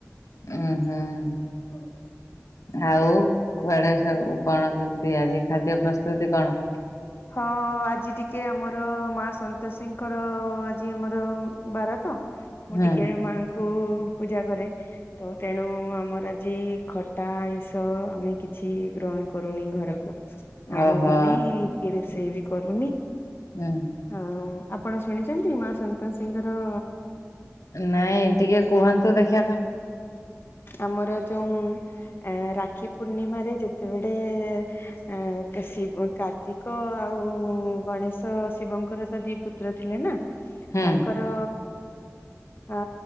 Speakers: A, on the left (about 75°); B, on the left (about 45°).
A: ଉମ୍ଁ ହୁଁ। ଆଉ କୁଆଡେ ସବୁ କଣ କେମିତି ଆଜି ଖାଦ୍ୟ ପ୍ରସ୍ତୁତି କଣ?
B: ହଁ ଆଜି ଟିକେ ଆମର ମା ସନ୍ତୋଷୀଙ୍କର ଆଜି ଆମର ବାର ତ ମୁଁ
A: ହୁଁ
B: ଟିକେ ମାଙ୍କୁ ପୂଜା କରେ। ତ ତେଣୁ ଆମର ଆଜି ଖଟା, ଆଇଁଷ ଆମେ କିଛି ଗ୍ରହଣ କରୁନି ଘର କୁ, ଆଣୁ
A: ଓହୋ
B: ବି ନେଇଁ କି ରୋଷେଇ ବି କରୁନି।
A: ଉଁ।
B: ଆଉ ଆପଣ ଶୁଣିଚନ୍ତି ମା ସନ୍ତୋଷିଙ୍କର
A: ନାଇଁ ଟିକେ କୁହନ୍ତୁ ଦେଖିଆ ତ।
B: ଆମର ଯୋଉଁ ରାକ୍ଷୀ ପୂର୍ଣ୍ଣିମାରେ ଯେତେବେଳେ ଆ କାଶି ଅ କାର୍ତିକ ଆଉ ଗଣେଶ ଶିବଙ୍କର ତ ଦି ପୁତ୍ର ଥିଲେ ନା।
A: ହୁଁ
B: ତାଙ୍କର ଅ